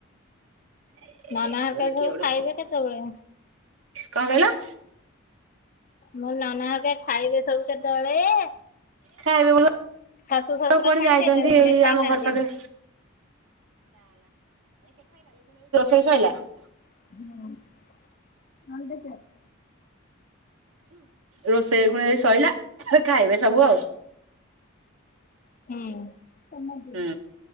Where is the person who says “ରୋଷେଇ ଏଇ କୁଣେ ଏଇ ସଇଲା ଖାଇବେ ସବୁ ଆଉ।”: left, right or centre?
Right